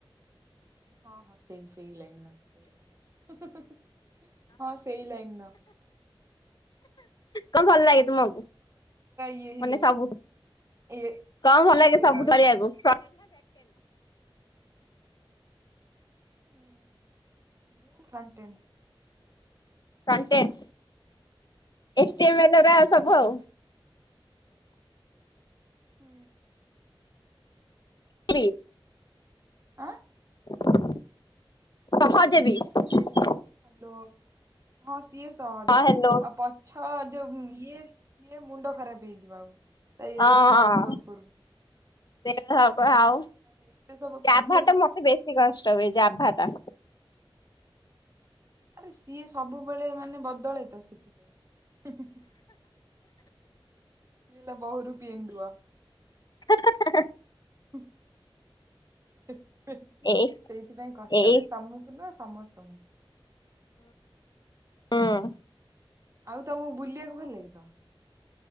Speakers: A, on the right (about 35°); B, on the left (about 50°).
A: ହଁ ହଁ ସେଇ ସେଇଲାଇନର, ସେଇ ଲାଇନ ର। ହିଁ ହିଁ ହିଁ। ହଁ ସେଇ ଲାଇନ୍ ର‌।
B: କଁ ଭଲ୍ ଲାଗେ ତୁମକୁ
A: ଇଏ ହେଇଯାଉଛି
B: ମାନେ ସବୁଠୁ?
A: ଏ
B: କଁ ଭଲାଗେ
A: ଏରର।
B: ସବୁ କରିଆକୁ?
A: <unintelligible> ହୁଁ ମୁଁ ହଣ୍ଟେଡ଼।
B: Frontend. H T M L ରସବୁ
A: ହଁ
B: ଆଉ।
A: ହୁଁ।
B: ଇପ୍ରି।
A: ଆଁ
B: <unintelligible>
A: ହାଲୋ ହଁ ସିଏ ସହଜ।
B: ହଁ ହ୍ୟାଲୋ
A: ଆଉ ପଛ ଯୋଉ ଇଏ ଇଏ ମୁଣ୍ଡ ଖରାପ ହେଇଯିବ ଆଉ। ତା ଇଏରେ
B: ହଁ
A: ସଲଭ୍
B: ହଁ
A: କରୁ କରୁ।
B: <unintelligible> ଆଉ
A: ତାର ଏତେ ସବୁ
B: ଜାଭା
A: ପ୍ରୋବ୍ଲେମ୍ ହୁଁ
B: ଟା ମତେ ବେଶୀ କଷ୍ଟ ହୁଏ ଜାଭା ଟା।
A: ଆରେ ସିଏ ସବୁବେଳେ ମାନେ ବଦଳେ ତ ସେଥିପାଇଁ। ହୁଁ ହୁଁ ସିଏ ହେଲା ବହୁରୁପି ଏଣ୍ଡୁଅ।
B: <unintelligible>
A: ହୁଁ। ହେ ହେ ସେଇଥିପାଇଁ
B: ଏଇ
A: କଷ୍ଟ
B: ଏଇ
A: ହୁଏ ତମକୁ ନୁହଁ, ସମସ୍ତଙ୍କୁ।
B: ହଁ।
A: ଆଉ ତମକୁ ବୁଲିବାକୁ ଭଲ ଲାଗେ ତ?